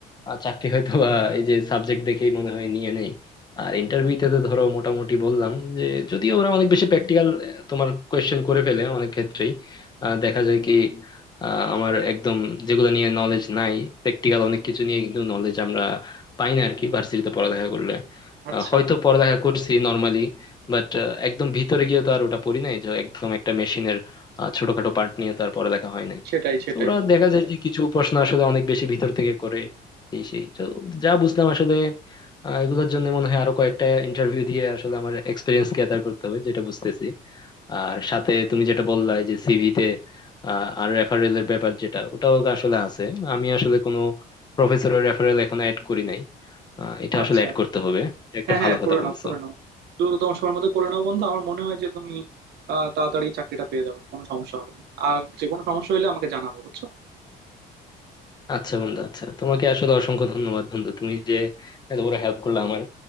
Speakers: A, on the left (about 25°); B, on the right (about 75°).
A: আহ, চাকরি হয়তো বা এই যে সাবজেক্ট দেখেই মনে হয় নিয়ে নেই আর ইন্টারভিউতে তো ধরো মোটামুটি বললাম যে যদিও ওরা অনেক বেশি প্র্যাকটিক্যাল তোমার কোয়েশ্চেন করে ফেলে অনেক ক্ষেত্রেই আহ, দেখা যায় কি আহ, আমার একদম যেগুলো নিয়ে নলেজ নাই প্র্যাকটিক্যাল অনেক কিছু নিয়ে কিন্তু নলেজ আমরা পাই না আর কি ভার্সিটিতে পড়ালেখা করলে
B: আচ্ছা
A: আহ, হয়তো পড়ালেখা করছি নর্মালি বাট একদম ভিতরে গিয়ে তো আর ওটা পড়ি নাই যে একদম একটা মেশিনের আহ, ছোটখাটো পার্ট নিয়ে তার পড়ালেখা হয় নাই
B: সেটাই সেটাই
A: তো ওরা দেখা যায় যে কিছু প্রশ্ন আসলে অনেক বেশি ভিতর থেকে করে এই সেই তো যা বুঝলাম আসলে আহ, এগুলোর জন্য মনে হয় আরো কয়েকটা ইন্টারভিউ দিয়ে আসলে আমার এক্সপিরিয়েন্স গ্যাদার করতে হবে যেটা বুঝতেছি আর সাথে তুমি যেটা বললা এই যে সিভিতে আর রেফারেল এর ব্যাপার যেটা ওটাও আসলে আছে আমি আসলে কোনো প্রফেসরের রেফারেল এখনো অ্যাড করি নাই আহ, এটা
B: আচ্ছা
A: আসলে অ্যাড করতে হবে এটা একটা
B: হ্যাঁ
A: ভালো
B: হ্যাঁ
A: কথা
B: করে
A: বলছো
B: নাও করে নাও দ্রুত তোমার সময়ের মধ্যে করে নাও বন্ধু আমার মনে হয় যে তুমি আহ, তাড়াতাড়ি চাকরিটা পেয়ে যাবে কোনো সমস্যা হবে না। আর যে কোনো সমস্যা হলে আমাকে জানাবো বুঝছো
A: আচ্ছা বন্ধু আচ্ছা তোমাকে আসলে অসংখ্য ধন্যবাদ বন্ধু তুমি যে এত বড় হেল্প করলে আমার